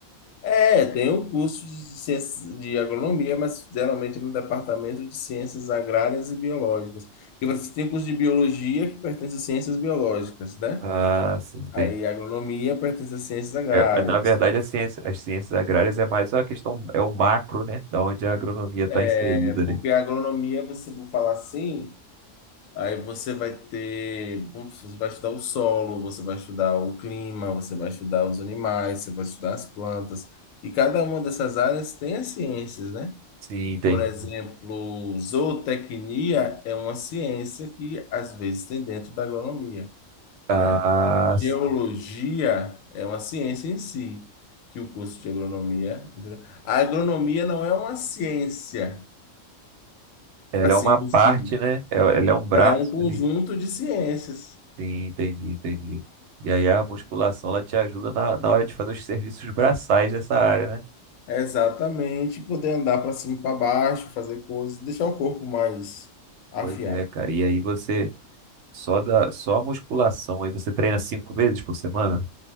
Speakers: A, on the left; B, on the right.
A: É, tem o curso de ciências de agronomia, mas geralmente no departamento de ciências agrárias e biológicas. E você tem curso de biologia que pertence a ciências biológicas, né?
B: Ah, sim, tem.
A: Aí agronomia pertence a ciências agrárias.
B: É, na verdade, a ciência, as ciências agrárias é mais a questão, é o macro, né? Da onde a agronomia está
A: É,
B: inserida,
A: porque
B: né?
A: a agronomia, você for falar assim, aí você vai ter, vamos- você vai estudar o solo, você vai estudar o clima, você vai estudar os animais, você vai estudar as plantas, e cada uma dessas áreas tem as ciências, né?
B: Sim, tem.
A: Por exemplo, zootecnia é uma ciência que às vezes tem dentro da agronomia,
B: Ah,
A: né?
B: sim.
A: Geologia é uma ciência em si, que o curso de agronomia, entendeu? A agronomia não é uma ciência
B: Ela
A: assim
B: é uma
A: por
B: parte,
A: si.
B: né? É- Ela é um braço
A: Ela é um conjunto
B: ali.
A: de ciências.
B: Sim, entendi, entendi. E aí a musculação, ela te ajuda na, na hora de fazer os serviços braçais dessa área, né?
A: É Exatamente, poder andar para cima e para baixo, fazer coisas, deixar o corpo mais afiado.
B: Pois é, cara. E aí você. Só da, só a musculação aí você treina cinco vezes por semana?